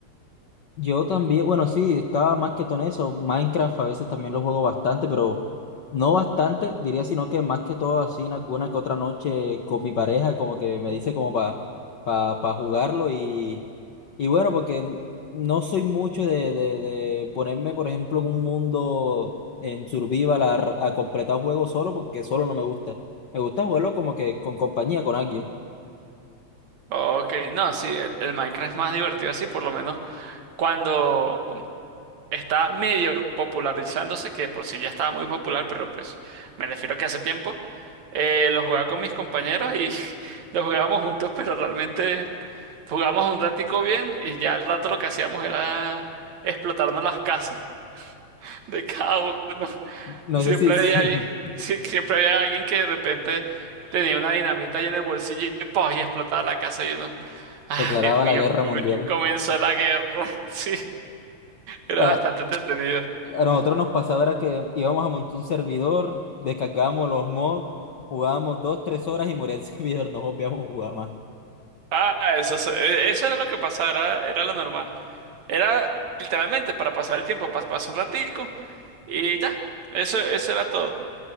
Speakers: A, on the left; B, on the right.
A: Yo también, bueno, sí, estaba más que todo en eso. Minecraft a veces también lo juego bastante, pero no bastante, diría, sino que más que todo así en alguna que otra noche con mi pareja, como que me dice como para pa, pa pa jugarlo y, y bueno, porque no soy mucho de, de, de ponerme, por ejemplo, en un mundo en survival a, a completar juegos solo porque solo no me gusta. Me gusta jugarlo como que con compañía, con alguien.
B: Ok, no, sí, el, el Minecraft es más divertido así, por lo menos cuando está medio popularizándose, que de por sí ya estaba muy popular, pero pues me refiero que hace tiempo eh, lo jugaba con mis compañeros y <laughs> lo jugábamos juntos, pero realmente jugábamos un ratico bien y ya al rato lo que hacíamos era explotarnos las casas <laughs> de cada uno.
A: No
B: Siempre
A: sé si, si
B: había, alguien- sí, siempre había alguien que de repente tenía una dinamita ahí en el bolsillo y, ¡pah! y explotaba la casa y uno,
A: <laughs>
B: ah,
A: declaraba
B: Dios mío,
A: la guerra
B: come-
A: mundial.
B: comenzó la guerra. <laughs> Sí, era
A: A,
B: bastante entretenido.
A: a nosotros nos pasaba era que íbamos a montar un servidor, descargábamos los mods, jugábamos dos, tres horas y moría el <laughs> servidor, nos obviamos jugar más.
B: Ah, eso, es- e- eso era lo que pasaba, era, era lo normal. Era literalmente para pasar el tiempo, pas- pasar un ratico y ya. Eso, eso era todo.